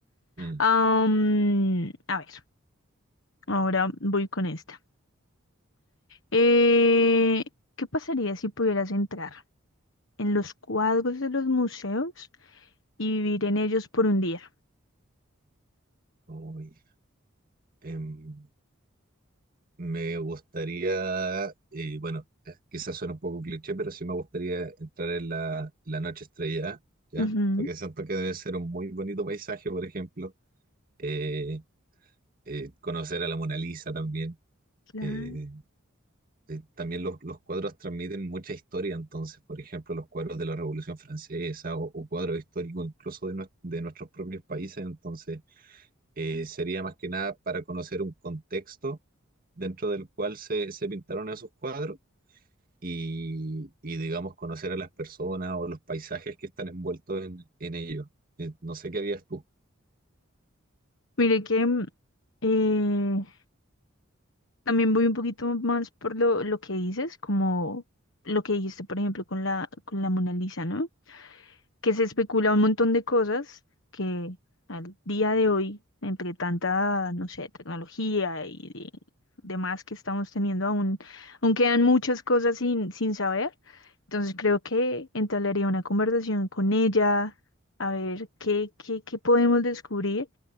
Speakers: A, on the right (about 40°); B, on the left (about 65°).
A: Mm.
B: Am, a ver, ahora voy con esta. Eh, ¿qué pasaría si pudieras entrar en los cuadros de los museos y vivir en ellos por un día?
A: Uy, em, Me gustaría, eh, bueno, eh, quizás suena un poco cliché, pero sí me gustaría entrar en la, la noche estrellada, ¿ya?
B: Ujú,
A: Porque siento que debe ser un muy bonito paisaje, por ejemplo. Eh, eh, conocer a la Mona Lisa también.
B: claro.
A: Eh, eh, también los, los cuadros transmiten mucha historia, entonces, por ejemplo, los cuadros de la Revolución Francesa o, o cuadros históricos incluso de, nues- de nuestros propios países, entonces eh, sería más que nada para conocer un contexto dentro del cual se, se pintaron esos cuadros y, y, digamos, conocer a las personas o los paisajes que están envueltos en, en ello. Eh, no sé qué harías tú.
B: Mire que mm, eh, también voy un poquito más por lo, lo que dices, como lo que dijiste, por ejemplo, con la, con la Mona Lisa, ¿no? Que se especula un montón de cosas que al día de hoy, entre tanta, no sé, tecnología y de- demás que estamos teniendo, aún, aún quedan muchas cosas sin, sin saber. Entonces creo que entablaría una conversación con ella, a ver qué, qué, qué podemos descubrir